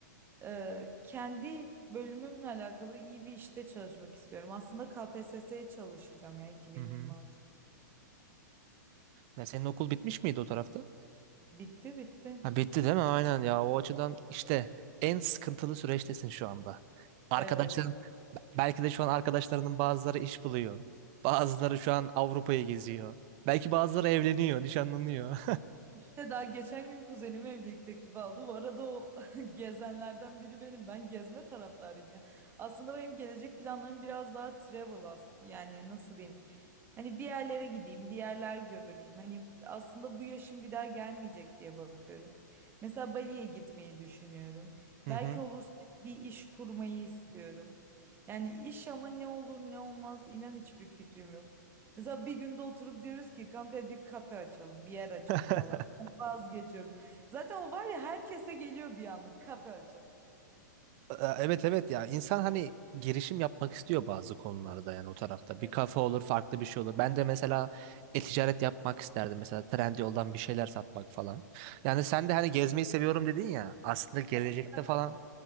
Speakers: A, on the right; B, on the right.
A: e, kendi bölümümle alakalı iyi bir işte çalışmak istiyorum. Aslında KPSS'ye çalışacağım ya 2026.
B: Hı hı. Ya senin okul bitmiş miydi o tarafta?
A: Bitti bitti.
B: Ha, bitti değil mi? Aynen ya. O açıdan işte en sıkıntılı süreçtesin şu anda. Arkadaşların
A: Evet.
B: belki de şu an arkadaşlarının bazıları iş buluyor. Bazıları şu an Avrupa'yı geziyor. Belki bazıları evleniyor, nişanlanıyor.
A: İşte daha geçen gün kuzenim evlilik teklifi aldı. Bu arada o <laughs> gezenlerden biri benim. Ben gezme taraftarıyım ya. Aslında benim gelecek planlarım biraz daha travel as- yani nasıl diyeyim? Hani bir yerlere gideyim, bir yerler göreyim. Hani aslında bu yaşım bir daha gelmeyecek diye bakıyorum. Mesela Bali'ye gitmeyi düşünüyorum.
B: <laughs> Hı
A: Belki
B: hı.
A: olursa bir iş kurmayı istiyorum. Yani iş ama ne olur ne olmaz inan hiçbir fikrim yok. Mesela bir günde oturup diyoruz ki kanka hadi kafe açalım, bir yer açalım
B: <laughs>
A: falan. Vazgeçiyorum. Zaten o var ya herkese geliyor bir anlık kafe açalım.
B: Ee, Evet evet ya insan hani girişim yapmak istiyor bazı konularda yani o tarafta.
A: Evet.
B: Bir kafe olur farklı bir şey olur. Ben de mesela e-ticaret yapmak isterdim. Mesela Trendyol'dan bir şeyler satmak falan. Yani sen de hani gezmeyi seviyorum dedin ya. Aslında gelecekte
A: Ama sen
B: falan